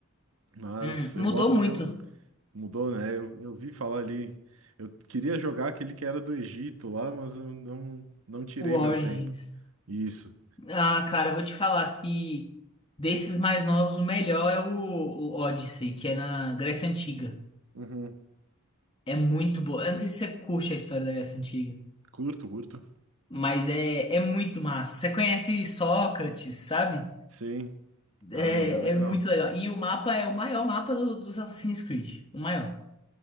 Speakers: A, on the right; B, on the left.
A: mas
B: hum,
A: eu
B: mudou
A: gosto
B: muito
A: de jogo. Mudou, né? Eu, eu vi falar ali, eu queria jogar aquele que era do Egito lá, mas eu não, não tirei
B: o Origins.
A: meu tempo. Isso.
B: Ah, cara, eu vou te falar que desses mais novos, o melhor é o, o Odyssey, que é na Grécia Antiga.
A: Uhum.
B: É muito boa. Eu não sei se você curte a história da Grécia Antiga,
A: Curto, curto.
B: mas é, é muito massa. Você conhece Sócrates, sabe?
A: Sim.
B: É,
A: Aí é legal.
B: é muito legal. E o mapa é o maior mapa do- dos Assassin's Creed. O maior.